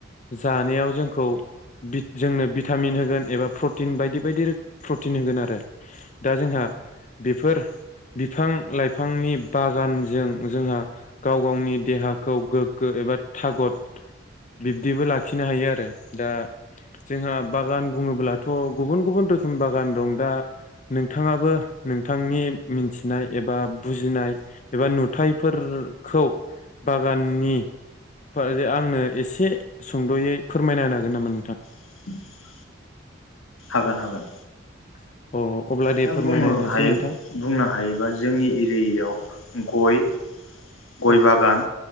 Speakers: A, on the left; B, on the left.
A: जानायाव जोंखौ बित जोंनो भिटामिन होगोन एबा प्रटिन बायदि बायदि रोख प्रटिन होगोन आरो। दा जोंहा बेफोर बिफां लाइफांनि बागानजों जोंहा गाव गावनि देहाखौ गोग्गो एबा थागद बिब बिबदिबो लाखिनो हायो आरो दा जोंहा बागान बुङोब्लाथ' गुबुन गुबुन रोखोम बागान दं दा नोंथाङाबो नोंथांनि मिन्थिनाय एबा बुजिनाय एबा नुथायफोरखौ बागाननि फा यो आंनो एसे सुंद'यै फोरमायना होनो हागोन नामा नोंथां?
B: <inaudible> हागोन हागोन।
A: <inaudible> अब्ला दे
B: दा
A: फोरमायना
B: बुंङो
A: होनोसै
B: हायो
A: नोंथां
B: बुंनो हायोबा जोंनि एरियायाव गय गय
A: औ
B: बागान